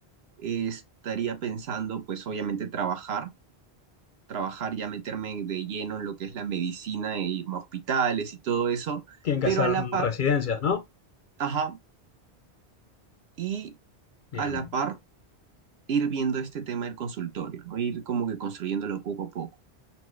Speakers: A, on the right (about 70°); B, on the left (about 60°).
A: eh, estaría pensando, pues obviamente trabajar, trabajar ya meterme de lleno en lo que es la medicina e irme a hospitales y todo eso,
B: Tienen
A: pero
B: que hacer
A: a la par,
B: residencias, ¿no?
A: ajá, y
B: Bien.
A: a la par ir viendo este tema del consultorio, ¿no? Ir como que construyéndolo poco a poco.